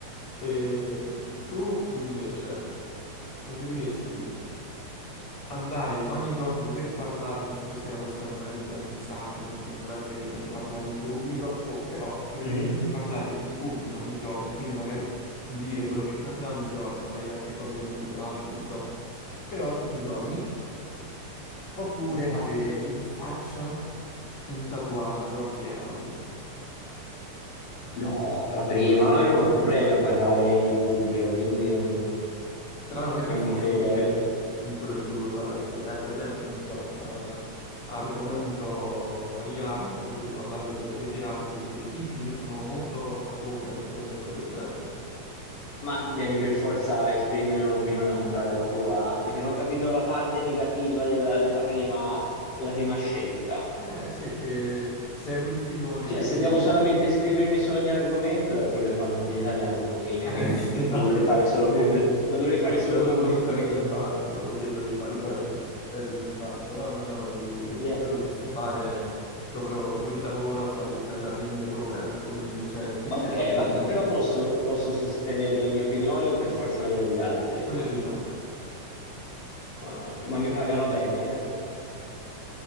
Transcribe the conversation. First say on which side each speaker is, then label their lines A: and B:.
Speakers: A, on the left; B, on the left.
A: E tu invece preferiresti andare ogni giorno, dover parlare, non so se sei una persona che magari gli piace un sacco, sei molto estroversa, che gli piace parlare in pubblico, o però preferiresti
B: Mhm.
A: parlare in pubblico ogni giorno, quindi magari dire quello che capita ogni giorno, magari anche cose che non ti piacciono, non so, però tutti i giorni, oppure
B: Mm.
A: avere in faccia un tatuaggio che odi.
B: No, la prima, no, io non ho problemi a parlare in pubblico, quindi non,
A: Però non è
B: non
A: per forza
B: mi crede.
A: quello che- mm, quello di cui vuoi parlare te. Eh, per esempio, non so, eh, argomento riarmo e tu devi parlare del, del riarmo e devi dire sì, sì, io sono molto a favore oppure cose del genere.
B: Ma devi per forza esprimere un'opinione contraria alla tua? eh? Perché non ho capito la parte negativa della, della prima, della prima scelta.
A: Eh sì, è che segui il filone
B: Cioè,
A: di
B: se
A: chi...
B: devo solamente esprimermi su ogni argomento, è quello che fanno tutti gli italiani alla fine,
A: Eh
B: quindi
A: <laughs> sì, esatto.
B: lo dovrei fare solo,
A: Deve-
B: pubblic- lo dovrei
A: Dovresti
B: fare solo
A: fare solo
B: pubblicamente.
A: quello che fai fuori al bar, però lo devi, lo devi fare poi eh, lì su un palco. No, no, no, lo devi,
B: Pubblicamente.
A: lo dovresti fare proprio, proprio di lavoro, fai, fai l'arringatore, ecco, quindi cioè, ti
B: Ok,
A: ti assumono.
B: vabbè, però posso, posso sostenere le mie opinioni o per forza quelle degli altri?
A: quelle degli altri.
B: Ma, che- ma mi pagano bene?